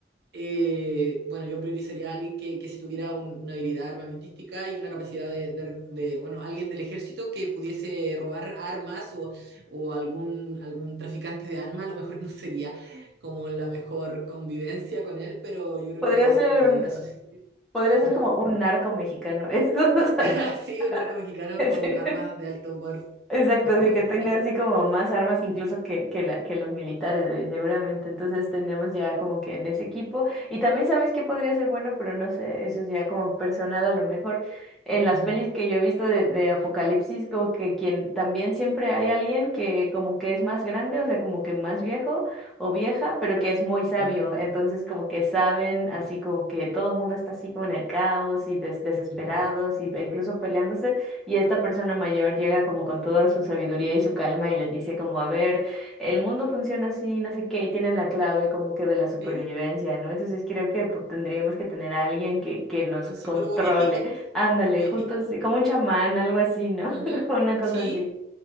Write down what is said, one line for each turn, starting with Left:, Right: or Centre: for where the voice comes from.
Right: eh, bueno, yo priorizaría a alguien que, que si tuviera un- una habilidad armamentística y una capacidad de, de- de, bueno, alguien del ejército que pudiese robar armas o, o algún, algún traficante de armas, a lo mejor <laughs> no sería como la mejor convivencia con él, pero yo creo
Centre: Podría
Right: que
Centre: ser
Right: podría
Centre: un,
Right: subsistir.
Centre: podría ser
Right: Ujú.
Centre: como un narco mexicano, <laughs> eso, o sea,
Right: <laughs> Sí, un narco mexicano
Centre: <laughs> sí.
Right: con armas de alto poder
Centre: Exacto,
Right: de fuego.
Centre: así que tenga así como más armas incluso que, que, la- que los militares, güey, seguramente. Entonces tendríamos ya como que en ese equipo. Y también sabes que podría ser bueno, pero no sé, eso es ya como personal a lo mejor. En las
Right: Ujú,
Centre: pelis que yo he visto de, de Apocalipsis, como que quien también siempre hay alguien que como que es más grande, o sea, como que más viejo o vieja, pero que es muy sabio.
Right: Ajá,
Centre: Entonces como que saben, así como que todo el mundo está así como en el caos y des- desesperados
Right: ujú.
Centre: y e incluso peleándose. Y esta persona mayor llega como con toda su sabiduría y su calma y les dice como, a ver, el mundo funciona así, no sé qué, y tienen la clave como que de la supervivencia,
Right: Sí,
Centre: ¿no? Entonces creo que pues, tendríamos que tener a alguien que, que nos
Right: un
Centre: controle.
Right: psicólogo viejito
Centre: Ándale,
Right: o viejita.
Centre: justo así, como un chamán, algo así, ¿no?
Right: Ujú,
Centre: <laughs> Una cosa
Right: Sí.
Centre: así.